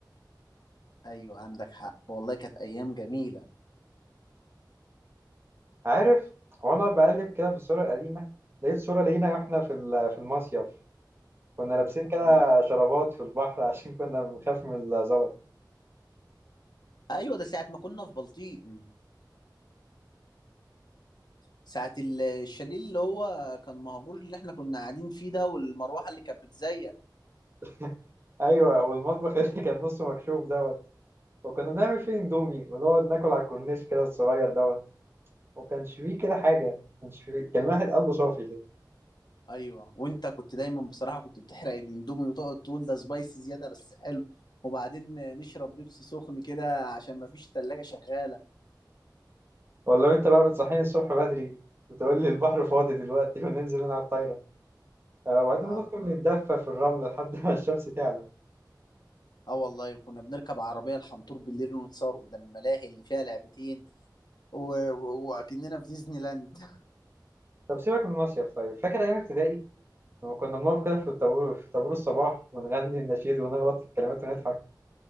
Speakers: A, on the left; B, on the right.
A: أيوة عندك حق والله كانت أيام جميلة
B: عارف وأنا بقلب كده في الصورة القديمة لقيت صورة لينا وإحنا في ال- في المصيف كنا لابسين كده شرابات في البحر <laughs> عشان كنا بنخاف من الزلط
A: ايوه ده ساعه ما كنا في بلطيق ساعه ال- الشاليه اللي هو كان مهجور اللي احنا كنا قاعدين فيه ده والمروحه اللي كانت بتزيق
B: <laughs> أيوة والمطبخ اللي كان نصه مكشوف دوت وكنا بنعمل فيه إندومي ونقعد ناكل على الكورنيش كده الصغير دوت وكانش فيه كده حاجة كانش فيه كان واحد قلبه صافي كده.
A: ايوه وانت كنت دايما بصراحه كنت بتحرق الاندومي وتقعد تقول ده سبايسي زياده بس حلو وبعدين نشرب بيبسي سخن كده عشان ما فيش تلاجة شغاله
B: ولا انت بقى بتصحيني الصبح بدري وتقول لي البحر فاضي دلوقتي وننزل نلعب طايره آه، وبعدين
A: اه
B: ندخل نتدفى في الرمل لحد ما الشمس تعلى
A: اه والله كنا بنركب عربيه الحنطور بالليل ونتصور قدام الملاهي اللي فيها لعبتين و... و... واكننا في ديزني لاند
B: طب سيبك من المصيف طيب فاكر ايام ابتدائي لما كنا بنقف كده في الطابور في طابور الصباح ونغني النشيد ونغلط في الكلمات ونضحك